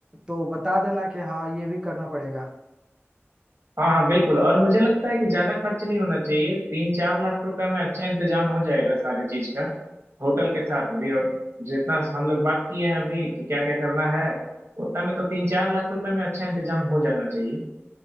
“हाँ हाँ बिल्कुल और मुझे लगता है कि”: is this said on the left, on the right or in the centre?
Right